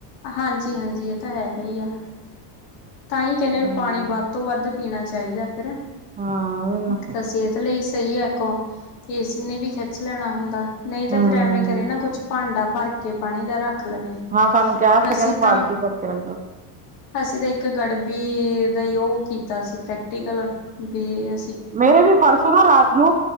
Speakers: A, on the left; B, on the right.
A: ਹਾਂਜੀ-ਹਾਂਜੀ, ਏ ਤਾਂ ਹੈਗਾ ਈ ਆ। ਤਾਂ ਈ ਕੈਂਦੇ ਨੇ
B: ਹਮ
A: ਪਾਣੀ ਵੱਧ ਤੋਂ ਵੱਧ ਪੀਣਾ ਚਾਈਦੈ ਫਿਰ
B: ਹਾਂ। ਉਹੀ ਨਾ
A: ਇੱਕ ਤਾਂ ਸੇਤ ਲਈ ਸਈ ਐ, ਇੱਕ ਔ ਏਸੀ ਨੇ ਵੀ ਖਿੱਚ ਲੈਣਾ ਹੁੰਦੈ। ਨਈ ਤਾਂ
B: ਹਮ
A: ਫਿਰ ਐਵੇਂ ਕਰੇ ਨਾ ਕੁਛ ਭਾਂਡਾ ਭਰ ਕੇ ਪਾਣੀ ਦਾ ਰੱ ਖ ਲਵੇ।
B: ਹਾਂ ਸਾਨੂੰ ਕਿਹਾ ਸੀ
A: ਅਸੀਂ
B: ਕਹਿੰਦੇ ਬਾਲਟੀ
A: ਤਾਂ
B: ਭਰ ਕੇ ਰੱਖ ਦੋ
A: ਅਸੀ ਤਾਂ ਇੱਕ ਗੜਬੀ ਦਾ ਈ ਯੋ ਕੀਤਾ ਸੀ ਪ੍ਰੈਕਟੀਕਲ ਬੀ ਅ
B: ਮੇਰੇ ਵੀ ਪਰਸੋਂ ਨਾ ਰਾਤ ਨੂੰ